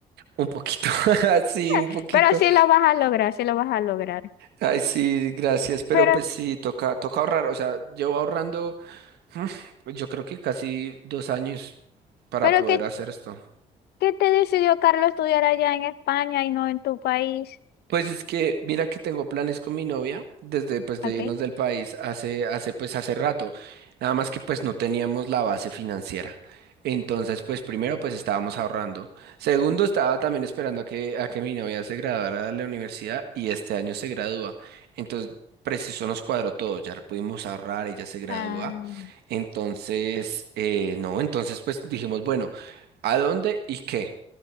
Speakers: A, on the right (about 75°); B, on the left (about 70°).
A: Un poquito. <laughs> Sí, un
B: Ah,
A: poquito.
B: Pero sí lo vas a lograr, sí lo vas a lograr.
A: Ay, sí, gracias, pero
B: Pero,
A: pues sí, toca, toca ahorrar, o sea, llevo ahorrando, <laughs> yo creo que casi dos años para
B: pero
A: poder
B: ¿qué,
A: hacer esto.
B: qué te decidió Carlos estudiar allá en España y no en tu país?
A: Pues es que mira que tengo planes con mi novia desde pues de
B: Ok.
A: irnos del país hace hace pues hace rato. Nada más que pues no teníamos la base financiera. Entonces, pues primero pues estábamos ahorrando. Segundo, estaba también esperando a que a que mi novia se graduara de la universidad y este año se gradúa. Entonces, preciso nos cuadró todo, ya pudimos ahorrar, ella se gradúa.
B: Ah,
A: Entonces, eh, no, entonces pues dijimos, bueno, ¿a dónde y qué?